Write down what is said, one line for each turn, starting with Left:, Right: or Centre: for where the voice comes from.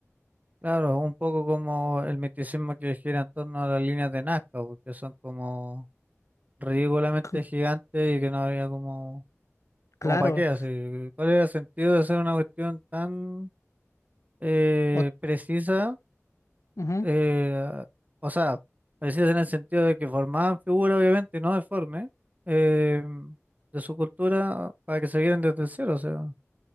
Right: claro, un poco como el misticismo que gira en torno a las líneas de Nazca, porque son como ridículamente
Left: C-
Right: gigantes y que no había como,
Left: Claro,
Right: como para qué, así. ¿Cuál era el sentido de hacer una cuestión tan eh,
Left: o-
Right: precisa,
Left: ujú,
Right: eh, o sea, precisa en el sentido de que formaban figuras obviamente no deformes eh, de su cultura para que se vieran desde cero, o sea,